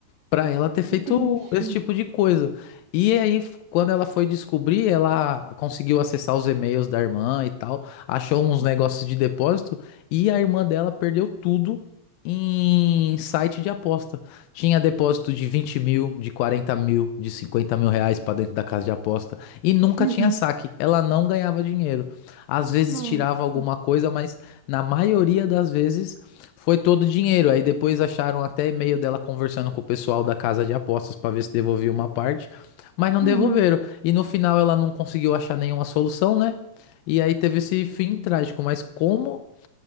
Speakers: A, on the left; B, on the right.
A: Pra ela ter feito
B: que triste.
A: esse tipo de coisa. E aí, f- quando ela foi descobrir, ela conseguiu acessar os e-mails da irmã e tal, achou uns negócios de depósito e a irmã dela perdeu tudo em site de aposta. Tinha depósito de 20 mil, de 40 mil, de 50 mil reais pra dentro da casa de aposta e nunca
B: Uhum.
A: tinha saque. Ela não ganhava dinheiro. Às vezes
B: Nossa.
A: tirava alguma coisa, mas na maioria das vezes foi todo o dinheiro. Aí depois acharam até e-mail dela conversando com o pessoal da casa de apostas para ver se devolvia uma parte, mas não
B: Uhum.
A: devolveram. E no final ela não conseguiu achar nenhuma solução, né? E aí teve esse fim trágico. Mas como